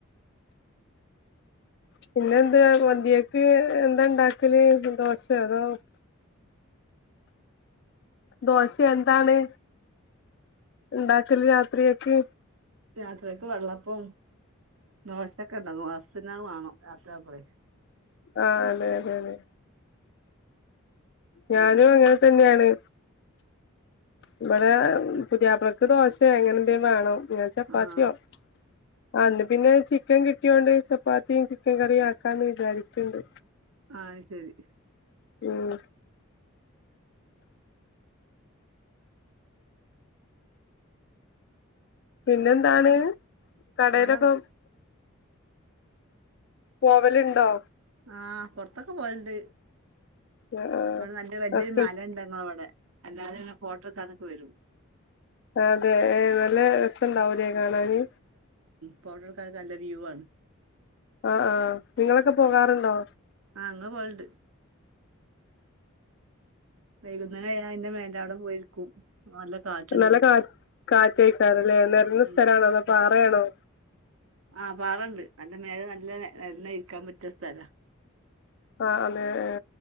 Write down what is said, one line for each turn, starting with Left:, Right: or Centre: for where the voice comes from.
Left: പിന്നെ എന്ത് അന്തിയക്ക് എന്താണ്ടാക്കല് ദോഷേ അതോ ദോശ എന്താണ് ഉണ്ടാക്കല് രാത്രിയക്ക്
Right: രാത്രിക്ക് വെള്ളപ്പം ദോശെക്കെണ്ടാക്കും ഹസ്സിനത് വാണം ലാസ്റ്റ് ആവുമ്പളെ
Left: ആഹ് അതെ അതെ അതെ ഞാനും അങ്ങൻ തെന്നെണ് ഇവടെ പുതിയാപ്ലക്ക് ദോശെ അങ്ങനെ ന്തേ വേണം ഞാൻ ചപ്പാത്ത്യോ
Right: ആഹ്
Left: ആ ഇന്ന് പിന്നെ ചിക്കൻ കിട്ട്യോണ്ട് ചപ്പാത്തിം ചിക്കൻ കറിം ആക്കാന്ന് വിചാര്ക്ക്ണ്ട്.
Right: അഅ് ശെരി
Left: ഉം പിന്നെ എന്താണ് കടേലൊക്കെ
Right: ഇവിടെ
Left: പോവല്ണ്ടോ?
Right: ആഹ് പൊർത്തൊക്കെ പോവല്ണ്ട്.
Left: ആ
Right: ഇവടെ നല്ല വെല്ല്യൊരു
Left: ഹസ്ബ
Right: മലണ്ട് ഞങ്ങളെ വടെ അല്ലാരുങ്ങനെ ഫോട്ട ട്ക്കാനൊക്കെ വെരും
Left: അതെ ഏ നല്ല രസണ്ടാവൂലേ കാണാന്
Right: ഫോട്ടെ ട്ക്കാനൊക്കെ നല്ല വ്യൂ ആണ്.
Left: ആഹ് ആഹ് നിങ്ങളൊക്കെ പോകാറ്ണ്ടോ?
Right: ഞങ്ങള് പോവല്ണ്ട് വൈകുന്നേരായ അയിൻ്റെ മേലെ അവടെ പോയിരിക്കും നല്ല കാറ്റ്ണ്ടാവും
Left: നല്ല കാ കാറ്റേക്കാരല്ലേ നെരന്ന
Right: ഉം
Left: സ്ഥലാണോ അതോ പാറയാണോ
Right: ആഹ് പാറ ണ്ട് അയിൻ്റെ മേലെ ന ല്ലേ നന്നെ ഇരിക്കാ പറ്റിയ സ്ഥലാ
Left: ആഹ് അതെ ഏ